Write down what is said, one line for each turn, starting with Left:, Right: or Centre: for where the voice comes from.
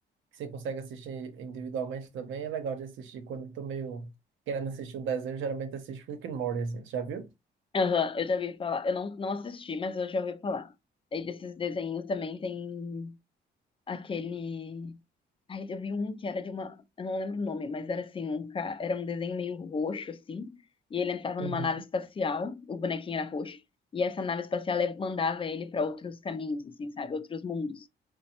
Right: que você consegue assistir individualmente também, é legal de assistir. Quando eu tô meio querendo assistir um desenho, eu geralmente assisto Rick and Morty, assim. Você Já viu?
Left: aham, eu já ouvi falar, eu não, não assisti, mas eu já ouvi falar. Aí desses desenhos também tem aquele. Ai, eu vi um que era de uma. Eu não lembro o nome, mas era assim, um ca... era um desenho meio roxo, assim, e ele entrava
Right: Uhum.
Left: numa nave espacial, o bonequinho era roxo, e essa nave espacial mandava ele para outros caminhos, assim, sabe? Outros mundos.